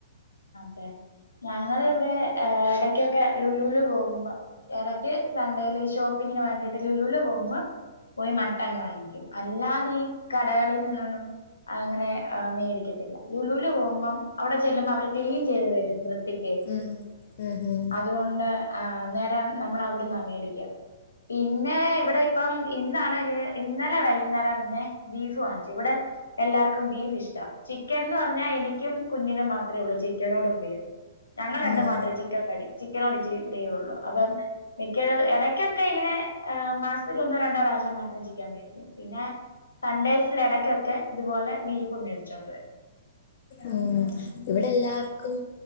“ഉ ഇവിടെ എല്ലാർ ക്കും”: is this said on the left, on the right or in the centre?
Left